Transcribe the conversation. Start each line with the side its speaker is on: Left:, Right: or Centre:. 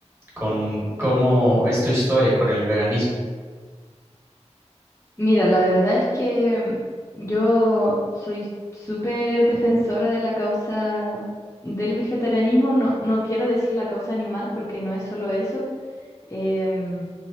Right: con cómo es tu historia con el veganismo.
Left: Mira, la verdad es que mm, yo soy súper defensora de la causa del vegetarianismo. No, no quiero decir la causa animal porque no es solo eso. Em,